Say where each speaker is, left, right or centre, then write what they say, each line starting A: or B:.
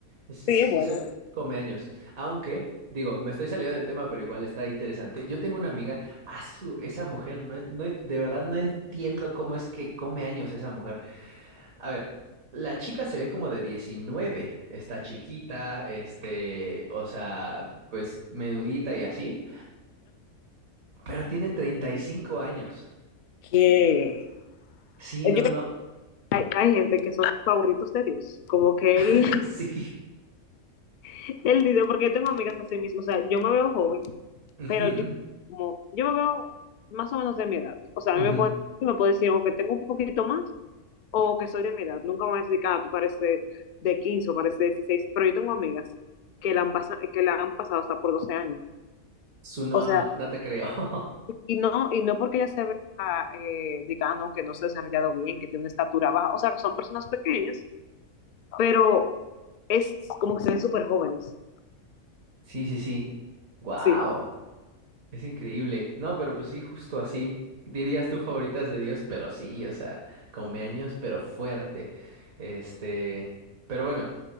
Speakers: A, on the right (about 75°); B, on the left (about 60°).
A: Sí,
B: Sí,
A: sí
B: bueno,
A: soy comeaños. Aunque, digo, me estoy saliendo del tema, pero igual está interesante. Yo tengo una amiga, su esa mujer, no, no, de verdad no entiendo cómo es que come años esa mujer. A ver, la chica se ve como de diecinueve está chiquita, este, o sea, pues menudita y así, pero tiene 35 años.
B: que
A: Sí,
B: yo
A: no, no,
B: Hay, hay gente que son favoritos de Dios. Como que
A: <laughs>
B: él,
A: sí.
B: <laughs> él dice, porque yo tengo amigas así mismo. O sea, yo me veo joven,
A: Ujú,
B: pero yo como, yo me veo más o menos de mi edad. O sea,
A: ujú.
B: a mí me puede, me puede decir o que tengo un poquito más o que soy de mi edad. Nunca me van a decir, ah, tú pareces de 15 o pareces de 16. Pero yo tengo amigas que la han, pasa- que la han pasado hasta por 12 años.
A: Su no,
B: O sea,
A: no, no te creo. <laughs>
B: Y no, y no porque ella se vea, eh, diga, "Ah, no, que no se ha desarrollado bien, que tiene una estatura baja. O sea, son personas pequeñas, pero es como que se ven súper jóvenes.
A: Sí, sí, sí. Wow.
B: Sí,
A: Es increíble. No, pero pues sí, justo así. Dirías tú favoritas de Dios, pero sí, o sea, come años, pero fuerte. Este, pero bueno,